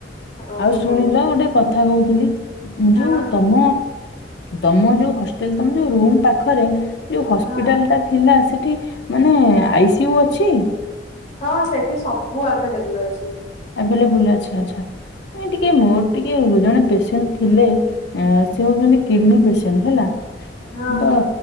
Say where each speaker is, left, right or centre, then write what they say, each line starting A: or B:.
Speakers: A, on the left (about 40°); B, on the left (about 65°).
A: ଓହୋ।
B: ଆଉ ଶୁଣିଲ ଗୋଟେ କଥା କହୁଥିଲି
A: ହଁ
B: ଯୋଉ ତମ ତମ ଯୋଉ ହଷ୍ଟେଲ ତମ ଯୋଉ ରୁମ ପାଖରେ ଯୋଉ ହସ୍ପିଟାଲ
A: ହଁ
B: ଟା ଥିଲା ସେଠି ମାନେ ଆଇ ସି ୟୁ ଅଛି
A: ହଁ ସେଠି ସବୁ ଆଭେଲେବୁଲ ଅଛି।
B: ଆଭେଲେବୁଲ ଆଛା ଆଛା ଟିକେ ମୋର ଟିକେ ଜଣେ ପେସେଣ୍ଟ ଥିଲେ। ଆ ସିଏ ହଉଛନ୍ତି କିଡନୀ ପେସେଣ୍ଟ ହେଲା କି
A: ହଁ ହଁ।
B: ତ